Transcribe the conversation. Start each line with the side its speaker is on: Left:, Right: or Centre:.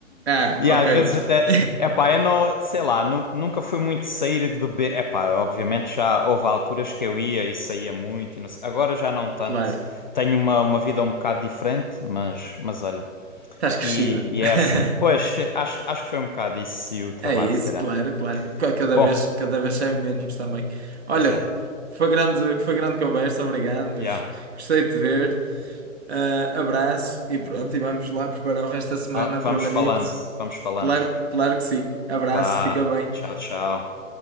Right: Ah,
Left: E
Right: ok.
Left: às vezes até.
Right: <laughs>
Left: Epá, eu não. Sei lá, nu- nunca fui muito de sair e de beber. Epá, obviamente já houve alturas que eu ia e saía muito. E não sei- Agora já não tanto.
Right: Claro,
Left: Tenho uma, uma vida um bocado diferente, mas, mas olha.
Right: estás crescido.
Left: E, e
Right: <laughs>
Left: é assim. Pois, fe- acho, acho que foi um bocado isso e o trabalho,
Right: É isso,
Left: se calhar.
Right: claro, claro. Ca- Cada
Left: Bom,
Right: vez, cada vez saio menos também. Olha,
Left: pois é.
Right: foi grande, foi grande conversa, obrigado,
Left: Yeah.
Right: mas gostei de te ver. Ah, abraço e pronto, e vamos lá preparar o resto da semana,
Left: Va-
Right: trabalhito.
Left: vamos falando, vamos falando.
Right: Claro, claro que sim. Abraço,
Left: Vá,
Right: fica bem.
Left: tchau, tchau.